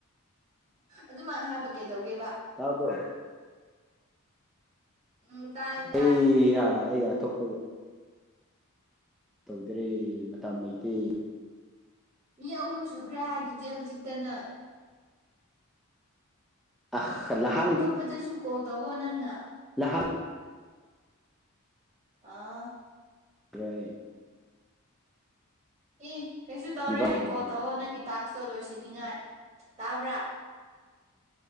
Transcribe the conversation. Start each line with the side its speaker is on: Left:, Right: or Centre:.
Right: ꯑꯗꯨꯝꯃꯥꯏ ꯍꯥꯏꯕ ꯀꯩꯗꯧꯒꯦꯕ
Centre: ꯇꯥꯕ꯭ꯔꯣ
Right: ꯎꯝ ꯇꯥꯏ ꯇꯥꯏ
Centre: ꯑꯩꯌꯥ ꯑꯩ ꯑꯇꯣꯞꯄꯒ ꯇꯧꯗ꯭ꯔꯦ ꯃꯇꯝ ꯂꯩꯇꯦ
Right: ꯃꯤ ꯑꯍꯨꯝ ꯁꯨꯈ꯭ꯔꯦ ꯍꯥꯏꯗꯨꯗꯤ ꯍꯧꯖꯤꯛꯇ ꯅꯪ
Centre: ꯎꯝ ꯑꯂ
Right: ꯑꯇꯣꯞꯄꯗꯁꯨ ꯀꯣꯜ ꯇꯧꯋꯣ ꯅꯪꯅ
Centre: ꯂꯥꯛꯍꯠ
Right: <unintelligible>
Centre: ꯀꯔ꯭ꯥꯏꯌꯤꯡ
Right: ꯏ ꯑꯩꯁꯨ ꯇꯧꯔꯦ
Centre: ꯅꯤꯄꯥꯜ ꯂꯩꯒꯦꯕ
Right: ꯀꯣꯜ ꯇꯧꯑꯣ ꯅꯪꯒꯤ ꯇꯥꯛꯁꯇꯣ ꯂꯣꯏꯁꯤꯟꯅꯤꯡꯉꯥꯏ ꯇꯥꯕ꯭ꯔꯥ